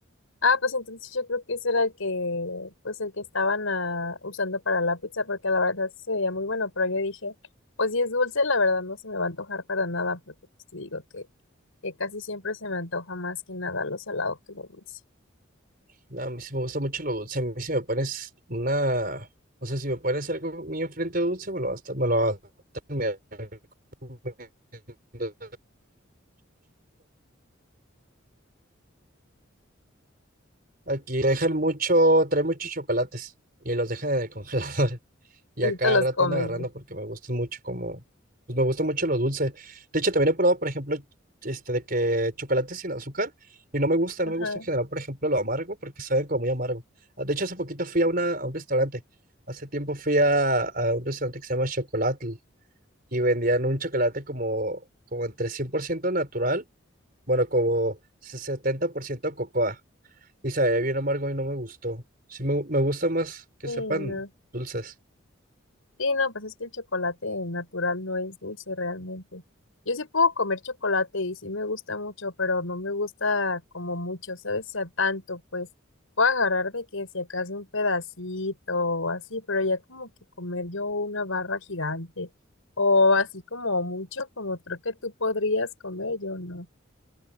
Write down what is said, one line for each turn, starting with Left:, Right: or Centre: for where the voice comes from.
Left: Ah, pues entonces yo creo que ese era el que, pues el que estaban ah, usando para la pizza, porque la verdad sí se veía muy bueno, pero yo dije, pues si es dulce, la verdad no se me va a antojar para nada, porque pues te digo que, que casi siempre se me antoja más que nada lo salado que lo dulce.
Right: No, a mí sí me gusta mucho lo dulce. A mí si me pones una, o sea, si me pones algo mío enfrente dulce, me lo vas a, me lo vas a terminar comiendo. Aquí dejan mucho, trae muchos chocolates y los dejan en el congelador. <laughs> Y
Left: Y
Right: a
Left: tú
Right: cada
Left: te los
Right: rato
Left: comes,
Right: ando agarrando
Left: ¿sí?
Right: porque me gustan mucho como, pues me gusta mucho lo dulce. De hecho, también he probado, por ejemplo, este de que chocolate sin azúcar y no me gusta,
Left: Ajá,
Right: no me gusta en general, por ejemplo, lo amargo porque saben como muy amargo. Ah, De hecho, hace poquito fui a una, a un restaurante. Hace tiempo fui a, a un restaurante que se llama Chocolatl y vendían un chocolate como, como entre 100% natural, bueno, como 70% cocoa y sabía bien amargo y no me gustó. Sí, me, me gusta más que
Left: sí,
Right: sepan
Left: no.
Right: dulces.
Left: Sí, no, pues es que el chocolate natural no es dulce realmente. Yo sí puedo comer chocolate y sí me gusta mucho, pero no me gusta como mucho, ¿sabes? O sea, tanto, pues puedo agarrar de que si acaso un pedacito o así, pero ya como que comer yo una barra gigante o así como mucho, como creo que tú podrías comer, yo no.